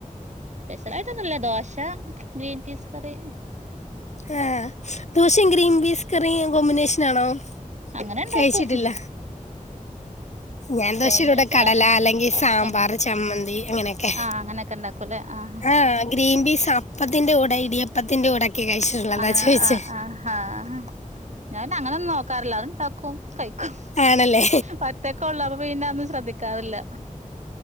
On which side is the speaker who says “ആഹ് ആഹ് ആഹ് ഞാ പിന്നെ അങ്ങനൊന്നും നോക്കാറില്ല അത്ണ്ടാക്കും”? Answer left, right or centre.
Right